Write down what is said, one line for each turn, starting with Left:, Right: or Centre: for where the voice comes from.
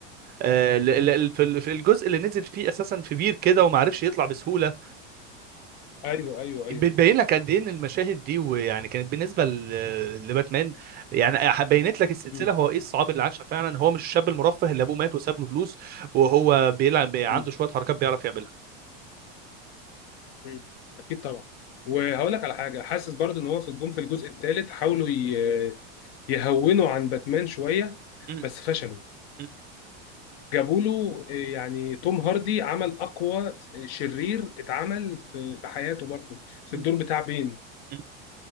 Right: آه، ل-
Left: مم.
Right: ل- في ال- في الجزء اللي نزل فيه اساسا في بير كده وما عرفش يطلع بسهوله
Left: ايوه ايوه ايوه
Right: بتبين لك قد ايه ان المشاهد دي ويعني كانت بالنسبه ل- لباتمان يعني بينت لك السلسله
Left: مم.
Right: هو ايه الصعاب اللي عاشها فعلا هو مش الشاب المرفه اللي ابوه مات وساب له فلوس وهو بيلعب بي- عنده
Left: مم.
Right: شويه حركات بيعرف يعملها
Left: مم. اكيد طبعا وهقول لك على حاجه حاسس برضه ان هو في الجون في الجزء الثالث حاولوا ي- يهونوا عن باتمان شويه
Right: م-
Left: بس فشلوا
Right: م-
Left: جابوا له آه، يعني توم هاردي عمل اقوى شرير اتعمل في في حياته برضه في
Right: م-
Left: الدور بتاع بين
Right: م.